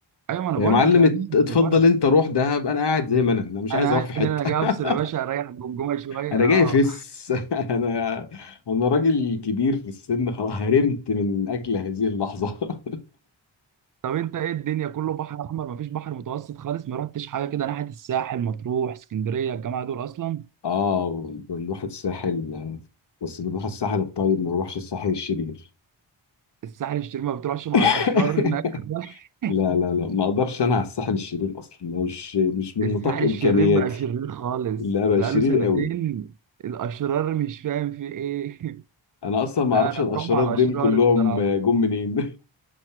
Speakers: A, on the right; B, on the left.
A: ايوه ما انا
B: يا
A: بقول
B: معلم
A: لك يا
B: ات-
A: دهب
B: اتفضل
A: هيبره
B: أنت روح دهب أنا قاعد زي ما أنا أنا مش
A: انا
B: عايز
A: قاعد
B: أروح في حتة
A: هنا انا جاي افصل يا باشا
B: <laughs>
A: اريح الجمجمه شويه
B: أنا جاي
A: اه
B: فس <laughs> أنا أنا راجل كبير في السن خلاص هرمت من أكل هذه اللحظة <laughs>
A: طب انت ايه الدنيا كله بحر احمر مفيش بحر متوسط خالص ما رحتش حاجه كده ناحيه الساحل مطروح اسكندريه الجماعه دول اصلا
B: آه بنروح الساحل بس بنروح الساحل الطيب ما بنروحش الساحل الشرير
A: الساحل الشرير ما بتروحش مع الاشرار
B: <laughs>
A: هناك <laughs>
B: لا لا لا ما اقدرش انا على الساحل الشرير اصلا مش مش من
A: الساحل
B: نطاق امكانياتي
A: الشرير بقى شرير خالص
B: لا بقى
A: بقاله
B: شرير
A: سنتين
B: قوي
A: الاشرار مش فاهم في ايه <laughs>
B: انا اصلا ما
A: لا
B: اعرفش
A: انا
B: الاشرار
A: بروح مع الاشرار
B: دول كلهم
A: الصراحه
B: جم منين